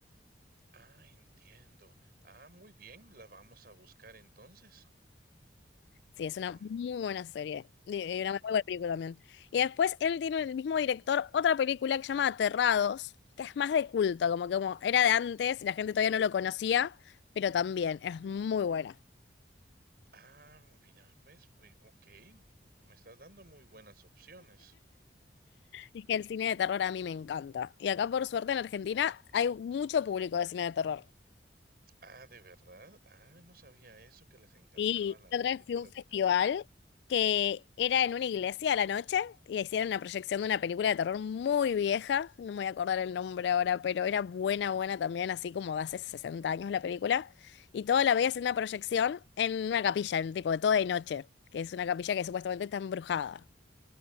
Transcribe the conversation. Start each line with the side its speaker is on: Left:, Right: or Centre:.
Right: Ah, entiendo. Ah, muy bien, la vamos a buscar entonces.
Left: Sí, es
Right: Ah,
Left: una muy buena serie. Y y
Right: muy
Left: una
Right: buena.
Left: muy buena película también. Y después él tiene el mismo director otra película que se llama Aterrados, que es más de culto, como que como era de antes, la gente todavía no lo conocía, pero también es muy buena.
Right: Ah, mira, pues, ve- ok, me estás dando muy buenas opciones.
Left: Es que el cine de terror a mí me encanta. Y acá, por suerte, en Argentina hay mucho público de cine de terror.
Right: Ah, ¿de verdad? Ah, no sabía eso, que les encantaban
Left: Y
Right: las
Left: la otra
Right: películas
Left: vez fui a un festival
Right: de terror.
Left: que era en una iglesia a la noche y hicieron una proyección de una película de terror muy vieja, no me voy a acordar el nombre ahora, pero era buena, buena también, así como de hace 60 años la película. Y todo la veías en una proyección en una capilla, en tipo de toda de noche, que es una capilla que supuestamente está embrujada.